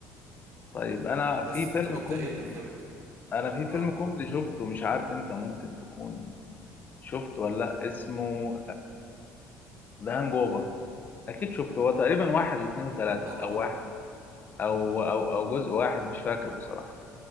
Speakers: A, on the left; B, on the right.
A: طيب انا
B: بس
A: في فيلم
B: طب انت
A: كوميدي
B: ايه الافلام انت
A: انا في فيلم
B: اه
A: كوميدي
B: قول
A: شفته مش عارف انت ممكن تكون شفت ولا لأ؟ اسمه ذا هانج اوفر اكيد شفته هو تقريبا واحد واثنين وثلاثة
B: طبعا
A: او واحد او او او جزء واحد مش فاكر بصراحة